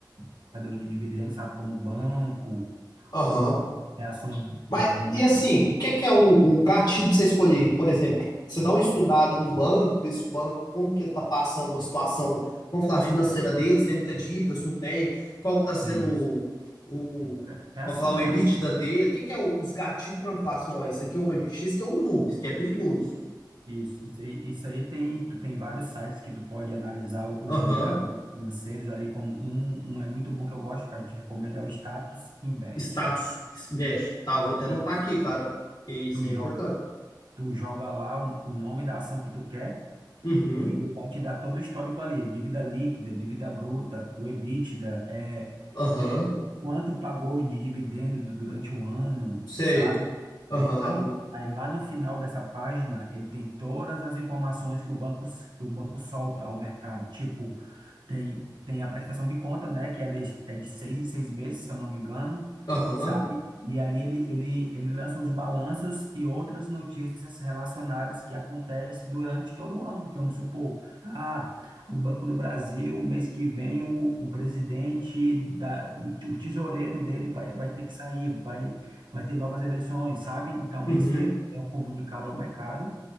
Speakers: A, on the right; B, on the left.
A: pagadoras de dividendos, sabe, como banco,
B: Aham,
A: como é, ações de,
B: Mas,
A: de,
B: e assim, o que é que é o, o gatilho pra você escolher? Por exemplo, você dá uma estudada no banco, vê se o banco, como que ele tá passando a situação, vamos falar, financeira dele, se tem muita dívida, se não tem, qual que tá sendo
A: de-
B: o, o-
A: É é
B: vamos
A: assim,
B: falar, o
A: né?
B: EBITDA
A: pô?
B: dele, o que é que é o- os gatilhos pra eu falar assim, ó, isso aqui eu vou investir, isso aqui eu não vou, isso aqui é perigoso.
A: Isso, isso aí, isso aí tem, tu tem vários sites que tu pode analisar os
B: Aham,
A: indicadores financeiros ali, como um, um é muito bom que eu gosto, cara, eu te recomendo, é o Status Invest.
B: Status, investe, tá, eu vou até anotar
A: Isso.
B: aqui, cara, que isso
A: Tu
B: é importante.
A: joga, tu joga lá o, o nome da ação que tu quer,
B: Uhum,
A: E ele vai te dar todo o histórico ali, dívida líquida, dívida bruta, o EBITDA, é,
B: aham,
A: é, quanto pagou de dividendo du- durante o ano,
B: sei,
A: sabe?
B: aham,
A: Tem- aí, aí lá no final dessa página, ele tem todas as informações que o banco, s- que o banco solta ao mercado. Tipo, tem, tem a prestação de conta, né? Que ali é é de seis em seis meses, se eu não me engano,
B: aham,
A: sabe? E ali ele, ele, ele lança os balanços e outras notícias relacionadas que acontecem durante todo o ano. Que vamos supor, ah, o Banco do Brasil, mês que vem, o, o presidente, da, o tesoureiro dele vai, vai ter que sair, vai, vai ter novas eleições, sabe? Então,
B: uhum,
A: isso é, é um comunicado ao mercado,